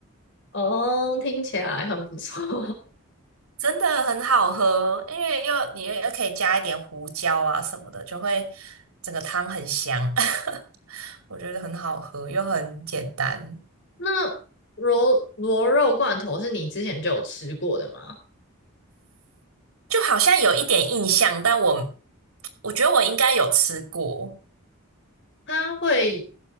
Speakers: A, on the left; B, on the right.
A: 哦，听起来很不错。<laughs>
B: 真的很好喝，因为又你又可以加一点胡椒啊什么的，就会整个汤很香，<laughs> 我觉得很好喝又很简单，
A: 那螺螺肉罐头是你之前就有吃过的吗？
B: 就好像有一点印象，但我我觉得我应该有吃过。
A: 它会